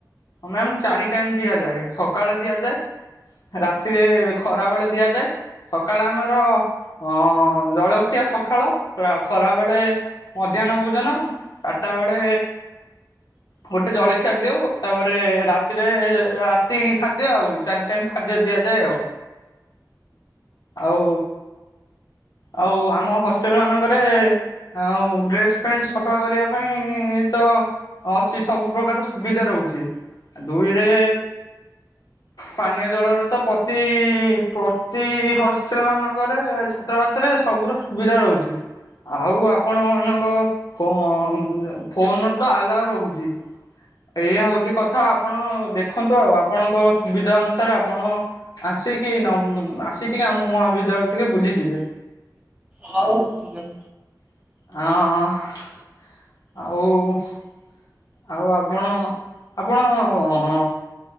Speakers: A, on the left; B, on the right.
A: ମ୍ୟାମ୍ ଚାରି ଟାଇମ୍ ଦିଆଯାଏ ସକାଳେ ଦିଆଯାଏ। ରାତିରେ ଖରା ବେଳେ ଦିଆଯାଏ। ସକାଳେ ଆମର ଅ ଜଳଖିଆ ସକାଳ ପୁରା ଖରାବେଳେ ମଧ୍ୟାହ୍ନ ଭୋଜନ ଆଟା ବେଳେ ଗୋଟେ ଜଳଖିଆ ଦଉ। ତାପରେ ରାତିରେ ରାତି ଖାଦ୍ୟ ଆଉ। ଚାରି ଟାଇମ ଖାଦ୍ୟ ଦି ଦିଆଯାଏ ଆଉ। ଆଉ ଆଉ ଆମ ହଷ୍ଟେଲ ମାନଙ୍କରେ ଆଉ ଡ୍ରେସ ପେଣ୍ଟ ସଫା କରିବା ପାଇଁ ତ ଅଛି ସବୁ ପ୍ରକାର ସୁବିଧା ରହୁଚି। ଦୁଇରେ ପାନୀୟ ଜଳର ତ ପ୍ରତି ପ୍ରତି ହଷ୍ଟେଲ ମାନଙ୍କରେ ଛାତ୍ରବାସ ରେ ସବୁ ର ସୁବିଧା ରହୁଛି। ଆଉ ଆପଣ ମାନଙ୍କ ଫୋ ଫୋନ ତ ଆଲାଉ ରହୁଛି। ଏଇଆ ହଉଛି କଥା ଆପଣ ଦେଖନ୍ତୁ ଆଉ ଆପଣଙ୍କ ସୁବିଧା ଅନୁସାରେ ଆପଣ ଆସିକି ନ ଆସ ଟିକେ ଆମ ମହାବିଦ୍ୟାଳୟରେ ଟିକେ ବୁଲିଯିବେ।
B: ହଉ ହଉ ଠିକ ଅଛି
A: ହଁ ହଁ ଆଉ ଆଉ ଆପଣ ଆପଣ ଅ